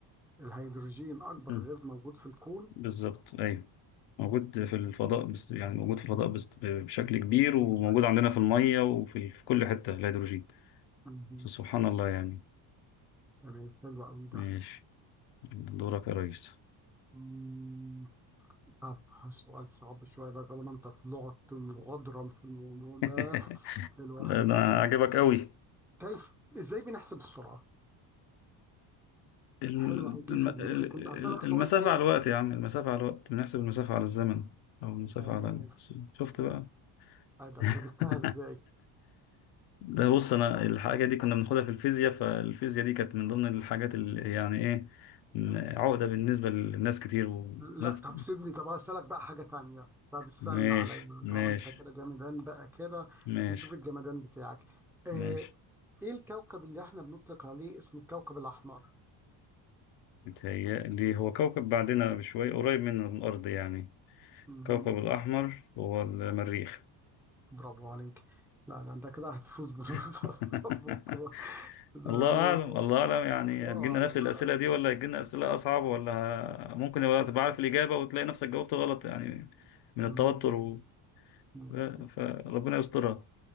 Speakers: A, in the centre; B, on the left.
A: الهيدروجين أكبر
B: مم،
A: غاز موجود في الكون
B: بالظبط أيوه موجود في الفضاء بس يعني موجود في الفضاء بس بشكل كبير وموجود
A: بشكل
B: عندنا في المية وفي في كل حتة الهيدروجين
A: مهم.
B: سبحان الله يعني
A: تمام حلو قوي
B: ماشي
A: ده
B: دورك يا ريس
A: مم، طب سؤال صعب شوية بقى طالما أنت طلعت مغادرا في الموضوع ده
B: <laughs>
A: الواحد
B: لا أنا
A: يسألك
B: عجبك قوي
A: كيف إزاي بنحسب السرعة؟
B: الم-
A: حلو أوي، جه في
B: ال-
A: دماغي كنت هسألك سؤال
B: المسافة
A: تاني
B: على الوقت يا عم المسافة على الوقت بنحسب المسافة على الزمن أو المسافة
A: تمام
B: على ال- شفت بقى
A: أي ده
B: <laughs>
A: أنت جبتها إزاي؟
B: ده بص أنا الحاجة دي كنا بناخدها في الفيزياء فالفيزياء دي كانت من ضمن الحاجات اللي يعني إيه عقدة بالنسبة للناس كتير وناس
A: لا طب سيبني طب هسألك بقى حاجة تانية طب استنى
B: ماشي
A: عليا
B: ماشي
A: طالما أنت كده جمدان بقى كده
B: ماشي
A: نشوف الجمدان بتاعك آه،
B: ماشي
A: إيه الكوكب اللي إحنا بنطلق عليه اسم الكوكب الأحمر؟
B: متهيألي هو كوكب بعدنا بشوية قريب مننا من الأرض يعني
A: مهم.
B: كوكب الأحمر هو المريخ
A: برافو عليك لا لا أنت كده هتفوز بالوظيفة
B: <laughs>
A: <laughs> بكرة ده
B: الله
A: الموضوع
B: أعلم الله أعلم يعني
A: الله
B: هتجيلنا
A: أعلم
B: نفس الأسئلة
A: على
B: دي ولا هتجيلنا أسئلة أصعب ولا ه- ممكن يبقى تبقى عارف الإجابة وتلاقي نفسك جاوبت غلط يعني من
A: مم.
B: التوتر و...
A: مم.
B: ف- فربنا يسترها